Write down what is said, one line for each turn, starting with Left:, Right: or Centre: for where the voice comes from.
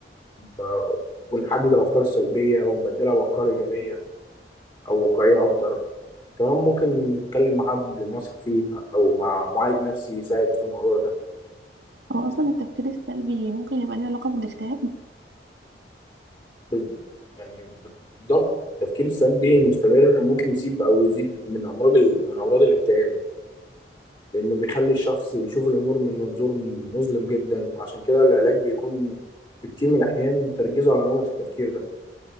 Left: آه، ونحدد الأفكار السلبية ونبدلها بأفكار إيجابية أو واقعية أكتر كمان ممكن نتكلم مع حد نثق فيه أو مع معالج نفسي يساعد في الموضوع ده
Right: هو اصلا التفكير السلبي ممكن يبقى ليه علاقة بالاكتئاب
Left: بز- يعني بالظبط التفكير السلبي المستمر ممكن يسيب او يزيد من امراض ال- من امراض الاكتئاب لانه بيخلي الشخص يشوف الامور من منظور مظلم جدا وعشان كده العلاج بيكون في كتير من الاحيان تركيزه على نمط التفكير ده